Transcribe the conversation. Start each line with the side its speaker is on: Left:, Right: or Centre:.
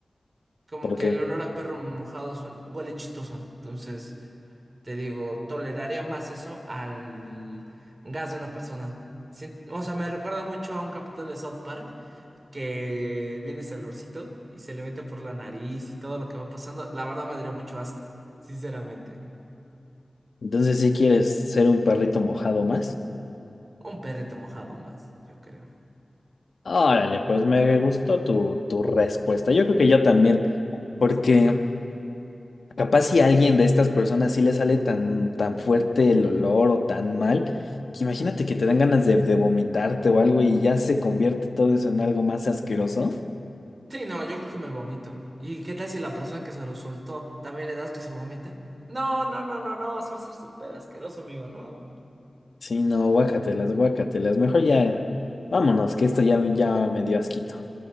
Right: Como
Left: ¿Por
Right: que
Left: qué?
Right: el olor a perro mojado suena- huele chistoso. Entonces, te digo, toleraría más eso al gas de una persona. Sien- O sea, me recuerda mucho a un capítulo de South Park que viene ese olorcito y se le mete por la nariz y todo lo que va pasando, la verdad me daría mucho asco, sinceramente.
Left: Entonces, si quieres ser un perrito mojado más,
Right: Un perrito mojado más, yo creo.
Left: órale, pues me gustó tu, tu respuesta. Yo creo que yo también, porque capaz si a alguien de estas personas sí le sale tan, tan fuerte el olor o tan mal, que imagínate que te dan ganas de, de vomitarte o algo y ya se convierte todo eso en algo más asqueroso.
Right: Sí, no, yo creo que me vomito. ¿Y qué tal si la persona que se lo soltó también le das que se vomita? No, no, no, no, no, se va a hacer súper asqueroso, amigo, no.
Left: Sí, no, guácatelas, guácatelas. Mejor ya, vámonos, que esto ya, ya me dio asquito.